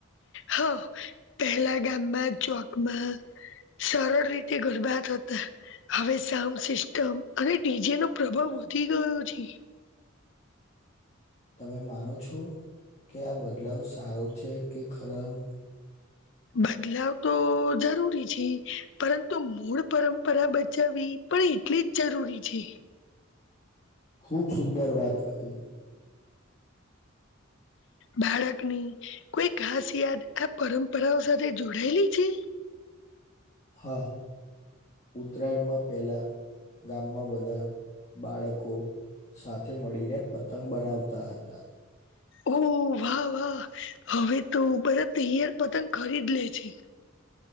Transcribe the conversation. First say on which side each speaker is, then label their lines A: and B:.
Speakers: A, on the left; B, on the left.
A: હા પહેલા ગામમાં ચોકમાં સરળ રીતે ગુરબા થતા. હવે સાઉન્ડ સિસ્ટમ અને ડીજે નો પ્રભાવ વધી ગયો છે.
B: તમે માનો છો કે આ બદલાવ સારો છે કે ખરાબ,
A: બદલાવ તો જરૂરી છે પરંતુ મૂળ પરંપરા બચાવવી પણ એટલી જ જરૂરી છે.
B: ખુબ સુંદર વાત કરીઈ‌
A: બાળકની કોઈ ખાસ યાદ આ પરંપરાઓ સાથે જોડાયેલી છે.
B: હા ઉતરાયણમાં પેલા ગામમાં બધા. બાળકો સાથે મળીને પતંગ બનાવતા હતા.
A: ઓહ વાહ વાહ હવે તો બધા તૈયાર પતંગ ખરીદ લે છે.